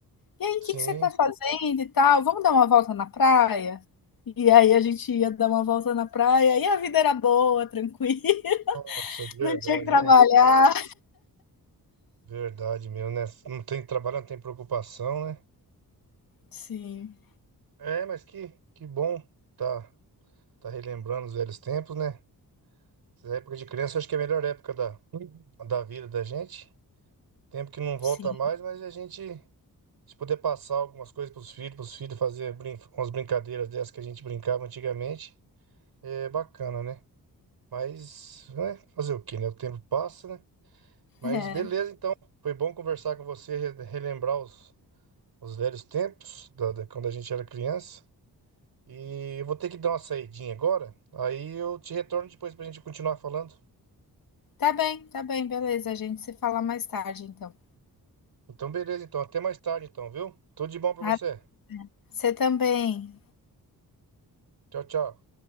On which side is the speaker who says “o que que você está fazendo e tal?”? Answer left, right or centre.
Left